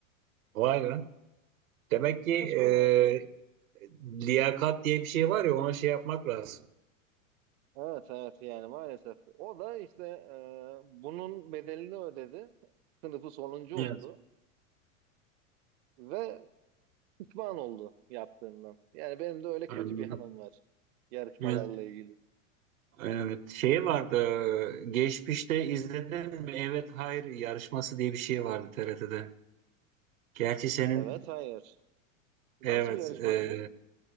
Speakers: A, on the right; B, on the right.
A: Vay be. Demek ki
B: <laughs> Sorma
A: e, liyakat diye bir şey var ya ona şey yapmak lazım.
B: Evet evet yani maalesef. O da işte e, bunun bedelini ödedi. Sınıfı sonuncu
A: Evet,
B: oldu ve pişman oldu yaptığından. Yani benim de öyle kötü
A: anladım.
B: bir <laughs> anım var yarışmalarla
A: Evet.
B: ilgili.
A: Evet. Şey vardı e, geçmişte izledin mi? Evet hayır yarışması diye bir şey vardı TRT'de. Gerçi senin
B: Evet hayır. Nasıl
A: evet
B: bir yarışmaydı?
A: e,